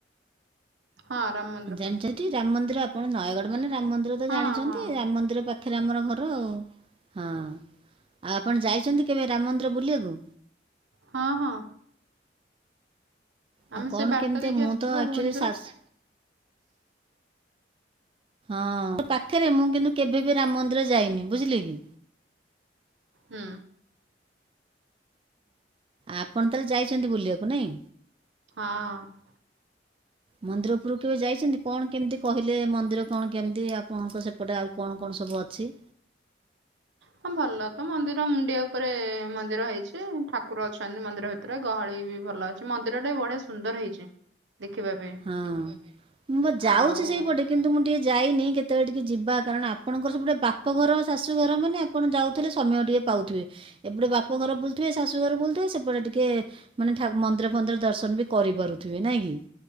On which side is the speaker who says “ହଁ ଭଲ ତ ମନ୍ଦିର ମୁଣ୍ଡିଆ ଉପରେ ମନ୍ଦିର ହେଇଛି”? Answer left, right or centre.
Right